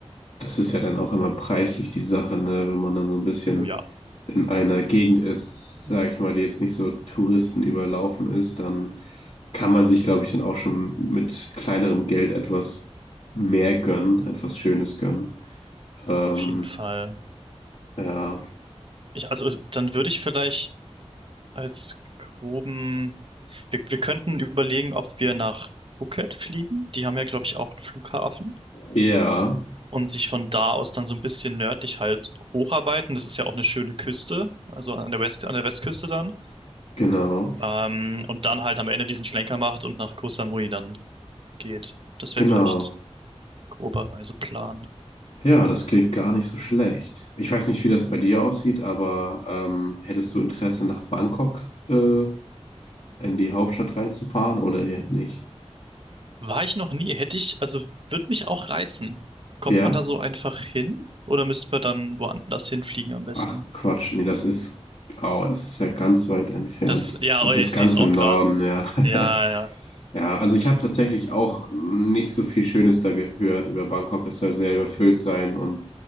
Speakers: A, on the left (about 55°); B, on the right (about 50°).
A: das ist ja dann auch immer preislich die Sache, ne? Wenn man dann so ein bisschen
B: Oh ja,
A: in einer Gegend ist, sage ich mal, die jetzt nicht so Touristen überlaufen ist, dann kann man sich, glaube ich, dann auch schon mit kleinerem Geld etwas mehr gönnen, etwas Schönes gönnen. Ähm,
B: auf jeden Fall.
A: ja,
B: Ich, also dann würde ich vielleicht als groben, wir, wir könnten überlegen, ob wir nach Phuket fliegen. Die haben ja, glaube ich, auch einen Flughafen.
A: ja,
B: und sich von da aus dann so ein bisschen nördlich halt hocharbeiten. Das ist ja auch eine schöne Küste, also an der West, an der Westküste dann.
A: genau,
B: Ähm, und dann halt am Ende diesen Schlenker macht und nach Koh Samui dann geht. Das
A: genau.
B: wäre vielleicht grober Reiseplan.
A: Ja, das klingt gar nicht so schlecht. Ich weiß nicht, wie das bei dir aussieht, aber ähm, hättest du Interesse, nach Bangkok äh, in die Hauptstadt reinzufahren oder eher nicht?
B: War ich noch nie, hätte ich, also würde mich auch reizen. Kommt
A: Ja?
B: man da so einfach hin oder müsste man dann woanders hinfliegen am besten?
A: Ach Quatsch, nee, das ist, oh, das ist ja ganz weit entfernt.
B: Das, ja,
A: Das
B: oh, ja,
A: ist
B: ich
A: ganz
B: sehe es auch
A: im
B: gerade.
A: Norden, ja. <laughs>
B: Ja, ja,
A: Ja, also ich habe tatsächlich auch nicht so viel Schönes da gehört über Bangkok. Das soll sehr überfüllt sein und